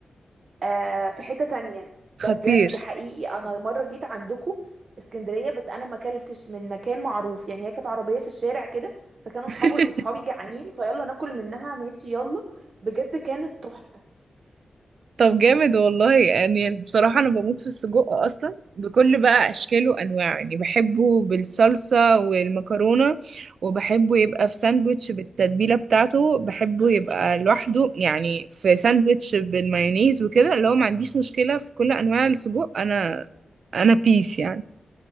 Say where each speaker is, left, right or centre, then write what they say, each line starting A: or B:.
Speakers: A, on the right; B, on the right.
A: آه في حتة تانية ده
B: خطير
A: بجد ده حقيقي انا مرة جيت عندكم اسكندرية بس انا ما اكلتش من مكان معروف يعني هي كانت عربية في الشارع كده فكانوا
B: <laughs>
A: صحابي صحابي جعانين فيلا ناكل منها ماشي يلا بجد كانت تحفة
B: طب جامد والله يعني بصراحه انا بموت في السجق اصلا بكل بقى اشكاله وانواعه يعني بحبه بالصلصه والمكرونه وبحبه يبقى في ساندوتش بالتتبيله بتاعته بحبه يبقى لوحده يعني في ساندوتش بالمايونيز وكده اللي هو ما عنديش مشكله في كل انواع السجق انا انا بيس يعني